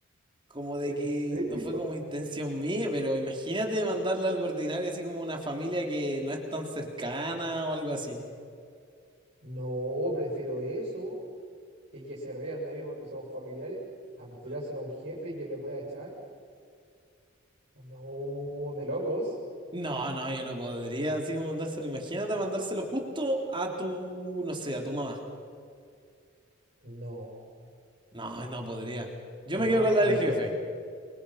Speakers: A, on the right (about 25°); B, on the right (about 55°).
A: como de
B: ¿En
A: que
B: serio?
A: no fue como intención mía, pero imagínate mandarle algo ordinario, así como una familia que no es tan cercana o algo así.
B: No, prefiero eso y que se rían de mí porque somos familiares a tirárselo a un jefe y que me pueda echar. No, de locos.
A: No, no, yo no podría así como mandárselo. Imagínate mandárselo justo a tu, no sé, a tu mamá.
B: No.
A: No, no podría. Yo
B: Mi
A: me
B: mamá,
A: quedo con la
B: mi
A: del
B: mamá.
A: jefe.
B: se-